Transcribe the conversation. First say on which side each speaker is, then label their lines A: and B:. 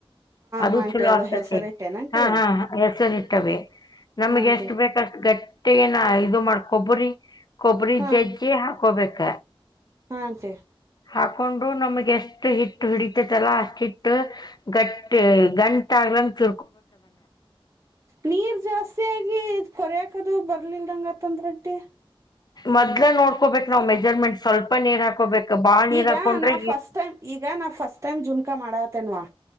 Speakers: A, on the left (about 45°); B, on the right (about 30°).
A: ಅದು
B: ಹಾ ಆಂಟಿ
A: ಚಲೋ
B: ಅದ
A: ಆಗ್ತತಿ
B: ಹೆಸರಿಟ್ಟೇನ ಆಂಟಿ
A: ಹಾ ಹಾ ಹೆಸರಿ ಇ ಟ್ಟವೆ ನಮ್ಗೆ
B: ಆಂಟಿ
A: ಎಷ್ಟು ಬೇಕಷ್ಟು ಗಟ್ಟ ಮೆ ಏನ ಇದು ಮಾಡ್ಕೊಬ್ರಿ. ಕೊಬರಿ
B: ಹಾ
A: ಚಜಜೆ. ಹಕೋಬೇಕ.
B: ಹಾ ಸ
A: ಹಾಕೊಂಡು ನಮಗೆ ಎಷ್ಟ್ ಹಿಟ್ಟು ಹಿಡಿತತಲ್ಲ ಅಷ್ಟ ಹಿಟ್ಟ ಗಟ್ಟ ಗಂಟ್ ಆಗ್ಲಂಗರ್.
B: ನೀರ್ ಜಾಸ್ತಿಯಗಿ ಕೊರೆಯಕದು ಬರ್. ಇರ್ಲಲ್ಂಗ ತಂದ ರೆಡ್ಟ್ಟಡಿ.
A: ಮೊದ್ ನೋಡ್ಕೋಬೇಕು ನಾವ್ ಮೆಜರ್ಮೆಂಟ್ ಸ್ವಲ್ಪ. ನೀರ್ ಹಾಕೋಬೇಕು ಬಾಳ ನೀರ್
B: ಈಗ
A: ಹಾಕೊಂಡ್ರೆ
B: ನಾವ್ ಫಸ್ಟ್ ಟೈಮ್ ಈಗ ನಾವ್ ಫಸ್ಟ್ ಟೈಮ್ ಜುನ್ಕಾ ಮಾಡತೇನ್ವಾ.